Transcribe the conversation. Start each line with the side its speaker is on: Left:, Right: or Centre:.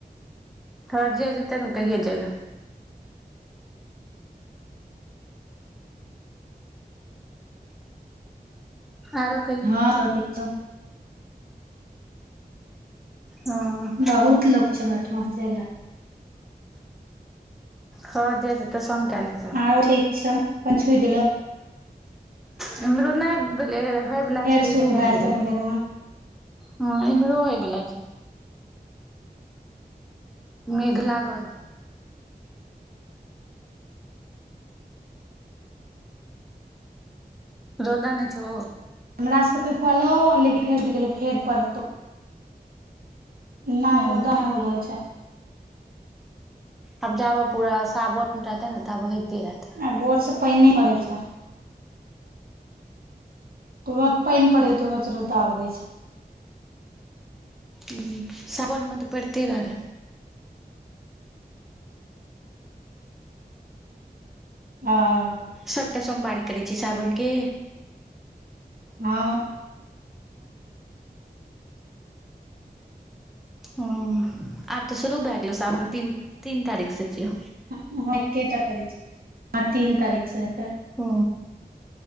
Centre: हँ जे जेतै ने कहिये जाय लऽ आरो कहिये
Right: हँ सब ठीक हो
Centre: हँ
Right: बहुत लोक छैय हमरा ओहिठमां छऽ जाय लऽ
Centre: हँ जे जेतै संग कऽ लेब
Right: आरो ठीक छ पछुये गेलऽ
Centre: हमरो नहि भेलै रहयवला
Right: फेर
Centre: छैय लेकिन
Right: शुरू
Centre: नहि
Right: भए जेतौ
Centre: भेलै
Right: तनी देर मे
Centre: हँ इम्हरो होय वला छैय मेघ लागल छैय रौदा नहि छौ
Right: हमरा सबके तऽ पड़लो लेकिन भेटि गेलै फेर पड़त नहि
Centre: ओ
Right: रौदा नहि उगल छैय
Centre: अब जाबय पूरा सावन रहतैय ने ताबय होइते रहतै
Right: आइ भोर सऽ पइने पड़ै छैय तुरत पानि पड़ैत तुरत रौदा उगै छैय
Centre: उं सावन मे तऽ पैड़ते रहत
Right: हँ
Centre: सभटा सोमवारी करैय छी सावन के
Right: हँ
Centre: ह आब तऽ शुरू भय गेल सावन तीन तीन तारीख से छियौ
Right: हँ एकेटा करै छी तीन तारीख से हैत
Centre: ओ